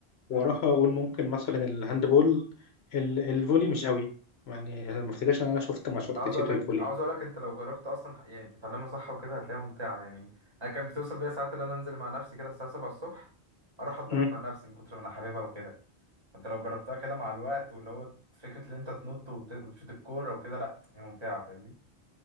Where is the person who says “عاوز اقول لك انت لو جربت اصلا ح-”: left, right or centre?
Right